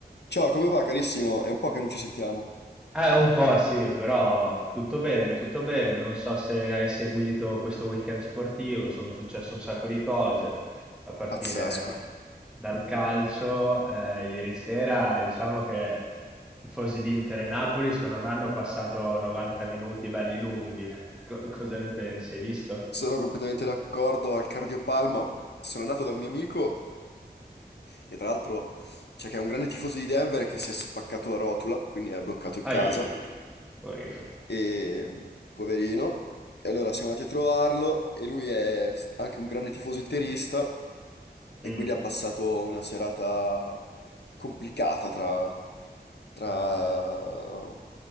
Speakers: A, on the left; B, in the centre.
A: Ciao, come va carissimo? È un po' che non ci sentiamo.
B: Eh, un po' sì, però tutto bene, tutto bene. Non so se hai seguito questo weekend sportivo, sono successe un sacco di cose, a partire
A: Pazzesco.
B: dal calcio. eh, ieri sera, diciamo che i tifosi di Inter e Napoli, secondo me, hanno passato 90 minuti belli lunghi. <laughs> Co- cosa ne pensi? Hai visto?
A: Sono completamente d'accordo al cardiopalma. Sono andato da un mio amico, che tra l'altro, cioè, che è un grande tifoso di Denver e che si è spaccato la rotula, quindi è bloccato in
B: Ai,
A: casa.
B: poverino.
A: E poverino. E allora siamo andati a trovarlo e lui è anche un grande tifoso interista.
B: Mm.
A: E quindi ha passato una serata complicata tra, tra...
B: Ah,